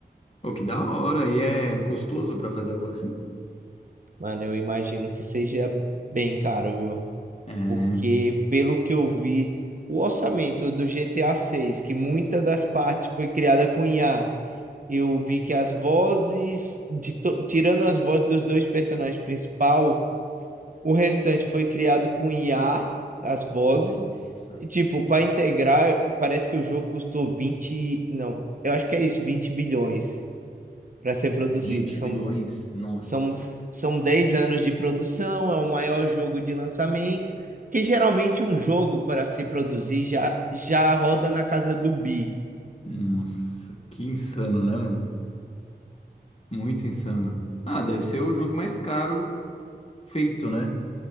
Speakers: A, on the left; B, on the right.
A: Pô, que da hora. E é custoso pra fazer algo assim?
B: Mano, eu imagino que seja bem caro, viu?
A: É, né?
B: Porque, pelo que eu vi, o orçamento do GTA 6, que muita das partes foi criada com IA eu vi que as vozes, de to- tirando as vozes dos dois personagens principal, o restante foi criado com IA, as vozes.
A: Nossa.
B: E, tipo, para integrar, parece que o jogo custou vinte não, eu acho que é isso, 20 bilhões para ser produzido.
A: vinte
B: São,
A: bilhões? Nossa.
B: são, são 10 anos de produção, é o maior jogo de lançamento. Que geralmente um jogo para se produzir já, já roda na casa do bi,
A: Nossa, que insano, né, mano? Muito insano. Ah, deve ser o jogo mais caro feito, né?